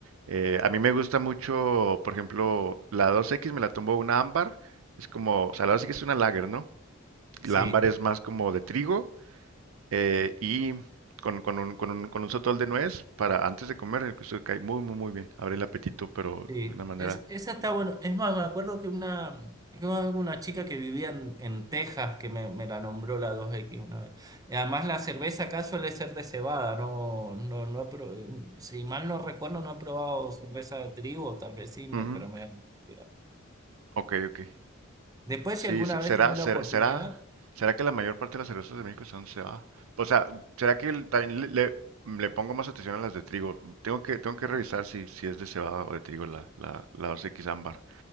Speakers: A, on the right; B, on the right.
A: Eh, a mí me gusta mucho, por ejemplo, la dos x me la tomó una ámbar. Es como, o sea, la dos x es una lager, ¿no? La
B: sí.
A: ámbar es más como de trigo eh, y con, con un, con un, con un sotol de nuez para antes de comer, eso cae muy, muy, muy bien. Abre el apetito, pero
B: Sí,
A: de una manera.
B: es, esa está bueno. Es más, me acuerdo que una, que una una chica que vivía en, en Texas que me, me la nombró la dos x una vez. Y además la cerveza acá suele ser de cebada, no, no, no he pro- si mal no recuerdo, no he probado cerveza de trigo, tal vez sí, me,
A: Ujú.
B: pero me he olvidado.
A: Ok, ok.
B: Después,
A: Sí,
B: si alguna
A: se-
B: vez
A: será,
B: tenés
A: será,
B: la oportunidad,
A: será, será que la mayor parte de las cervezas de México son se va. O sea, será que el- también le, le- le pongo más atención a las de trigo. Tengo que, tengo que revisar si, si es de cebada o de trigo la, la, la Dos x ámbar.